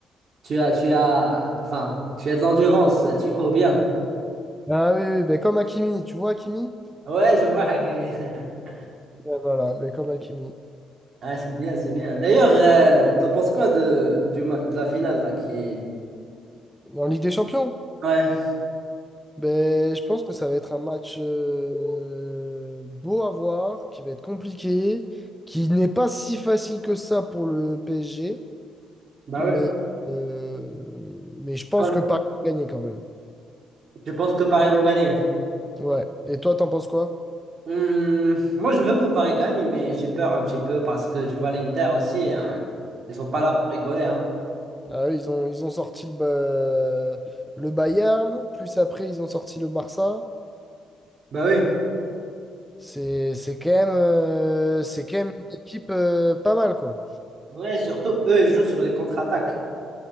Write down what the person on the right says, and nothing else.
tu as, tu as, enfin, tu as de l'endurance, euh, tu cours bien.
Ouais, je vois Hakimi. <laughs>
Ah, c'est bien, c'est bien. D'ailleurs, euh, t'en penses quoi de, du, ma- de la finale là qui...
Ouais,
bah
oui.
Voilà.
Je pense que Paris vont gagner.
Hum, moi, je veux que Paris gagne, mais j'ai peur un petit peu parce que tu vois l'Inter aussi, hein, ils sont pas
là pour rigoler, hein.
Bah oui.
Ouais, surtout eux, ils jouent sur les contre-attaques.